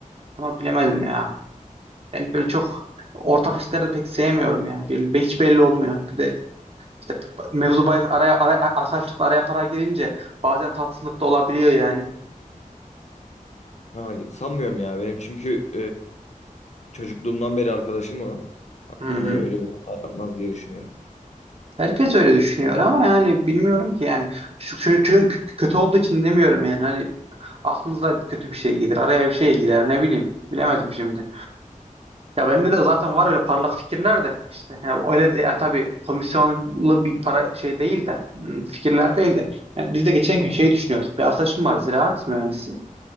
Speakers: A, on the right; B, on the left.
A: Ama bilemedim ya. Ben böyle çok ortak işleri de pek sevmiyorum yani. Bel- be- hiç belli olmuyor. Bir de işte p- mevzu bahis araya, araya arkadaşlıkla araya para girince bazen tatsızlık da olabiliyor yani.
B: Ha, sanmıyorum ya benim çünkü e, çocukluğumdan beri arkadaşım o.
A: Hı hı.
B: Hani öyle bir hata yapmaz diye düşünüyorum.
A: Herkes öyle düşünüyor ama yani bilmiyorum ki yani. Çocuk, çocuk, çocuk kö- kötü olduğu için demiyorum yani. Hani aklınıza kötü bir şey gelir. Araya bir şey girer. Ne bileyim. Bilemedim şimdi. Ya bende de zaten var öyle parlak fikirler de işte yani öyle de, yani tabii komisyonlu bir para şey değil de hmm, fikirler değil de yani biz de geçen gün şey düşünüyorduk bir arkadaşım var ziraat mühendisi